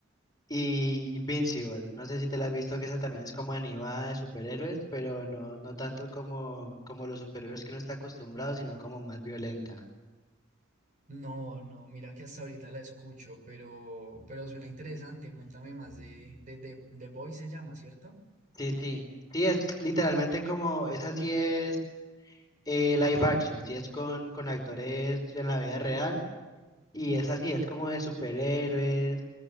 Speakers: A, on the left; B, on the right.
A: y Invincible. No sé si te la has visto, que esa también es como animada de superhéroes, pero no, no tanto como, como los superhéroes que uno está acostumbrado, sino como más violenta.
B: No, no, mira que hasta ahorita la escucho, pero, pero suena interesante. Cuéntame más de, de, de, The Boy se llama, ¿cierto?
A: Sí, sí, sí, es literalmente como, esa sí es eh, live action, sí es con, con actores en la vida real y esa sí es como de superhéroes,